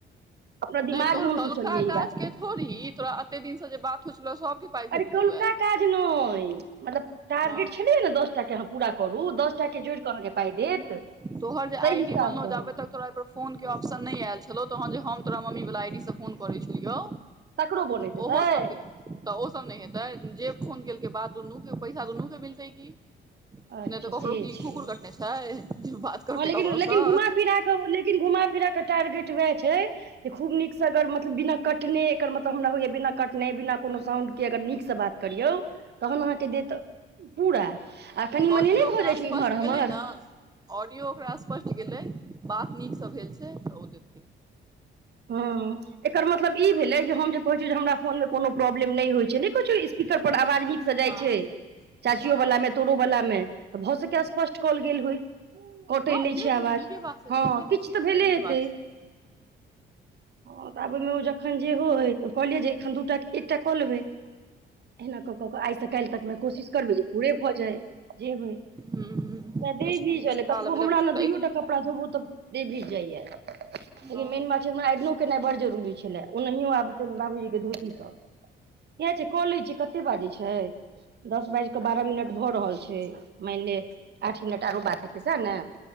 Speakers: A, on the right (about 55°); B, on the right (about 20°).
A: अपना दिमाग
B: नहि तोहर
A: मे हम
B: कौलका
A: सोचलियै
B: काज
A: ई बात
B: के थोड़ही ई तोरा एते दिन से जे बात हो छलौए सबके पाइ
A: अरे
B: भेटलौ
A: कौलका
B: ए
A: काज नहि मतलब टारगेट
B: हँ
A: छलैये नऽ दस पूरा करू दसटा के जोड़ि कऽ अहाँके पाइ देत ताहि
B: तोहर जे आई
A: हिसाबसँ
B: डी बनलौ जाबे तक तोरा पर फोन के ऑप्शन नहि आयल छलौ तहन जे हम तोरा मम्मी वला आई डी से फोन करैत छेलियौ
A: तकरो बनैत हेतै
B: ओहो सबके तऽ ओ सब नहि हेतै जे फोन केलकै बात दुनू के पैसा दुन्नू के मिलतै की नहि
A: अच्छा
B: तऽ ककड़ो
A: से
B: की
A: छै
B: कुकुर कटने छै जे बात करतै
A: हँ लेकिन
B: ककरोसँ
A: लेकिन घुमा फिरा कऽ लेकिन घुमा फिरा कऽ टारगेट उएह छै खूब नीक सँ अगर मतलब बिना कटने एकर मतलब हमरा होइय बिना कट नै बिना कोनो साउंड के अगर निक सँ बात करियौ तहन अहाँके देत पूरा आ कनि
B: ऑडियो
A: मनि नहि
B: ओकरा
A: भऽ जाइत छै
B: स्पष्ट
A: इम्हर आम्हर
B: गेलै ने ऑडियो ओकरा स्पष्ट गेलै बात नीकसँ भेल छै तऽ ओ दे
A: हँ एकर मतलब ई भेलै जे हम जे कहै छियै जे हमरा फोनमे कोनो प्रॉब्लम नहि होइ छै नहि किछु स्पीकर पर आवाज नीक सँ जाइ
B: हँ
A: छै चाचियो
B: हँ
A: वाला मे तोरो वाला मे तऽ भऽ सके स्पष्ट कॉल गेल होइ कटै
B: हँ
A: नहि
B: जे
A: छै आवाज
B: भेलै नीके बात छै
A: हँ
B: जते
A: किछु
B: बेसी
A: तऽ
B: देलकै
A: भेले
B: नीक
A: हेतै
B: बात छै
A: हँ तऽ आब ओमे ओ जखन जे होय त कहलियै जे एखन दू एकटा कऽ लेबै एहिना कऽ कऽ केऽ आइसँ काल्हि तकमे कोशिश करबै जे पूरे भऽ जाय जे होय
B: ह
A: देह
B: छै
A: भीजल
B: कनि किछु
A: अय
B: खा
A: कतबो
B: लेबै
A: हमरा
B: लए भूख
A: ले दूइयोटा
B: लागि गेलै
A: कप पड़ा धोबू तऽ देह भीज जाइये
B: हँ
A: मेन बात छै ने इहो केनाइ बड़ जरूरी छेलै ओहि आबते बाबूजी के धोती सब इहे छै कऽ लै छियै कत्ते बाजै छै दस बाजि कऽ बारह मिनट भऽ रहल छै मानि ले आठ मिनट आरो बात हेतै सएह ने